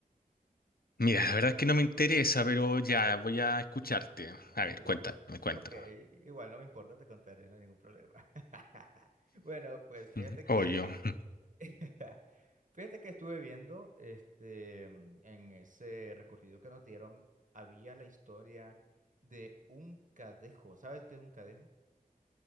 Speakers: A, on the left; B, on the right.
A: Mira, la verdad es que no me interesa, pero ya, voy a escucharte. A ver,
B: Igual.
A: cuéntame, cuéntame.
B: Ok, igual no me importa, te contaré, no hay ningún problema. <laughs> Bueno, pues fíjate
A: Ujú. Oh,
B: que
A: yo, <laughs>
B: <laughs> fíjate que estuve viendo este mm, en ese recorrido que nos dieron, había la historia de un cadejo. ¿Sabes qué es un cadejo?